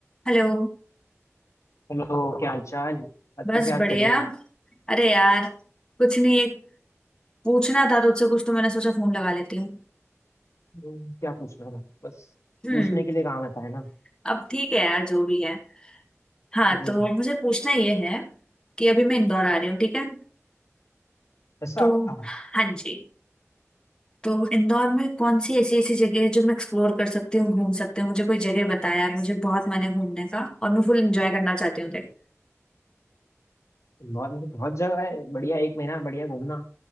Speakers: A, on the left (about 15°); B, on the left (about 70°).
A: Hello
B: Hello क्या हाल चाल आज
A: बस
B: कैसे याद
A: बढ़िया
B: कर लिया
A: अरे यार कुछ नहीं एक पूछना था तुझसे कुछ तो मैंने सोचा फोन लगा लेती हूँ
B: हम्म, क्या पूछ रहा था बस
A: हम्म
B: पूछने के लिए काम आता है ना
A: अब ठीक है यार जो भी है हाँ
B: हम्म
A: तो मुझे पूछना ये है कि अभी मैं इंदौर आ रही हूँ ठीक है
B: ऐसा
A: तो
B: अच्छा,
A: हाँ जी तो इंदौर में कौन सी ऐसी ऐसी जगह है जो मैं एक्सप्लोर कर सकती हूँ घूम सकती हूँ मुझे कोई जगह बता यार मुझे बहुत मन है घूमने का और मैं फुल एंजॉय करना चाहती हूँ देख
B: बहुत मतलब बहुत जगह है बढ़िया एक महीना बढ़िया घूमना